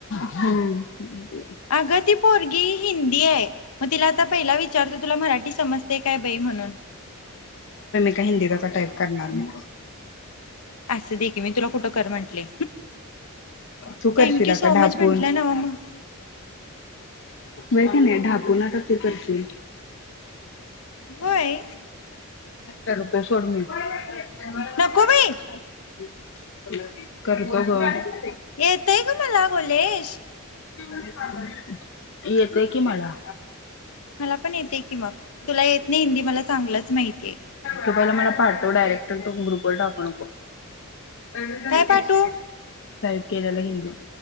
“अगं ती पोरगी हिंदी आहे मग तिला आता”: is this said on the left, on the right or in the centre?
Left